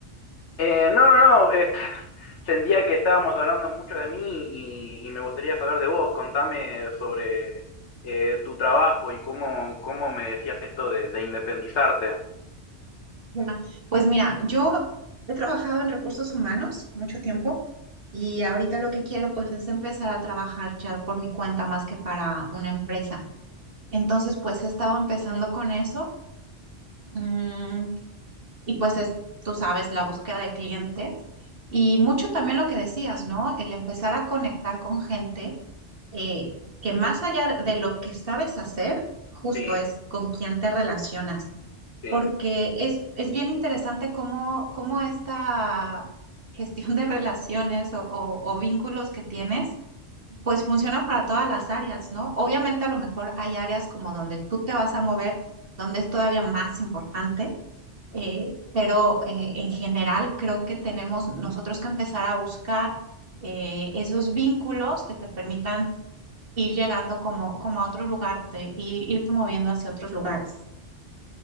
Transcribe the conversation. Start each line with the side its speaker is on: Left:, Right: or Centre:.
Left: Eh, no, no, no. eh, <laughs> sentía que estábamos hablando mucho de mí y, y me gustaría saber de vos. Contame sobre eh, tu trabajo y cómo, cómo me decías esto de, de independizarte.
Right: Ya. Pues mira, yo he trabajado en recursos humanos mucho tiempo y ahorita lo que quiero pues es empezar a trabajar ya por mi cuenta más que para una empresa. Entonces pues he estado empezando con eso. mm, Y pues es, tú sabes, la búsqueda de clientes y mucho también lo que decías, ¿no? El empezar a conectar con gente eh, que más allá de de lo que sabes hacer, justo
Left: Sí,
Right: es con quién te relacionas,
Left: sí,
Right: porque es, es bien interesante cómo, cómo esta gestión de relaciones o, o o vínculos que tienes, pues funciona para todas las áreas, ¿no? Obviamente a lo mejor hay áreas como donde tú te vas a mover, donde es todavía más importante eh, pero eh, en general creo que tenemos nosotros que empezar a buscar eh, esos vínculos que te permitan ir llegando como, como a otro lugar, te, ir, irte moviendo hacia otros lugares.